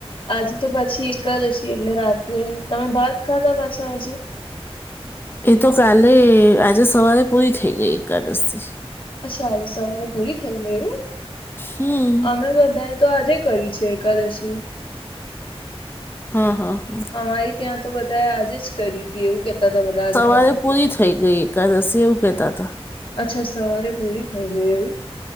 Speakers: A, on the left (about 55°); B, on the left (about 20°).
A: આજે તો પછી એકાદશી એટલે રાત તમે ભાત ખાધા પાછો આજે
B: એ તો કાલે આજે સવારે પૂરી થઈ ગઈ એકાદશી
A: અચ્છા આજે સવારે પૂરી થઈ હોય એવું
B: હમ.
A: અમે બધાએ તો આજે કરી છે એકાદશી
B: હા હા. હા.
A: અમારી ત્યાં તો બધાએ આજેજ કરી હતી એવું કેતા હતા બધા આજ
B: આજે પૂરી થઈ ગઈ કાલે રસી એવું કેતા હતા
A: અચ્છા સવારે પૂરી થઈ ગઈ એવું